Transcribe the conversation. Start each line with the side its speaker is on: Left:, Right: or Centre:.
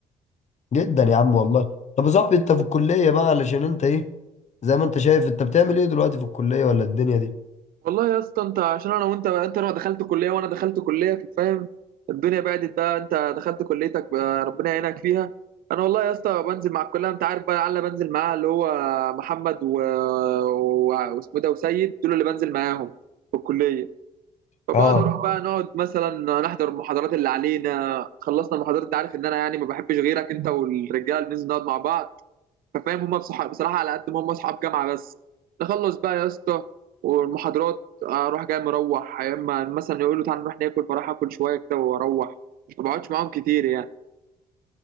Left: جدا يا عم والله طب يا صاحبي انت في الكليه بقى علشان انت ايه زي ما انت شايف انت بتعمل ايه دلوقتي في الكليه ولا الدنيا دي
Right: والله يا اسطى انت عشان انا وانت انت لو دخلت كليه وانا دخلت كليه فاهم الدنيا بعدت بقى انت دخلت كليتك بقى ربنا يعينك فيها انا والله يا اسطى بنزل مع الكليه انت عارف بقى العيال اللي بنزل معاها اللي هو محمد و... و... واسمه إيه ده وسيد دول اللي بنزل معاهم في الكليه فبقعد
Left: اه
Right: اروح بقى نقعد مثلا نحضر المحاضرات اللي علينا خلصنا المحاضرات انت عارف ان انا يعني ما بحبش غيرك انت والرجاله بننزل نقعد مع بعض ففاهم هما بصح- بصراحه على قد ما هما اصحاب جامعه بس نخلص بقى يا اسطى والمحاضرات آه، اروح جاي مروح يا اما مثلا يقولوا تعالى نروح ناكل فراح اكل شويه كده واروح مش ما بقعدش معاهم كتير يعني